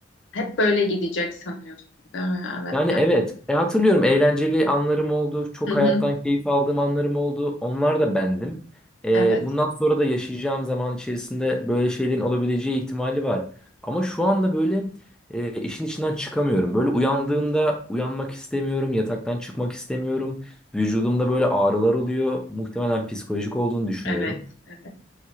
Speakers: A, on the left; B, in the centre.
A: Hep böyle gidecek sanıyorsun, değil mi? Evet
B: Yani
A: ya.
B: evet. E, hatırlıyorum eğlenceli anlarım oldu. Çok
A: Hı
B: hayattan
A: hı.
B: keyif aldığım anlarım oldu. Onlar da bendim. E,
A: Evet,
B: bundan sonra da yaşayacağım zaman içerisinde böyle şeylerin olabileceği ihtimali var. Ama şu anda böyle e, işin içinden çıkamıyorum. Böyle uyandığımda uyanmak istemiyorum. Yataktan çıkmak istemiyorum. Vücudumda böyle ağrılar oluyor. Muhtemelen psikolojik olduğunu düşünüyorum.
A: evet, evet.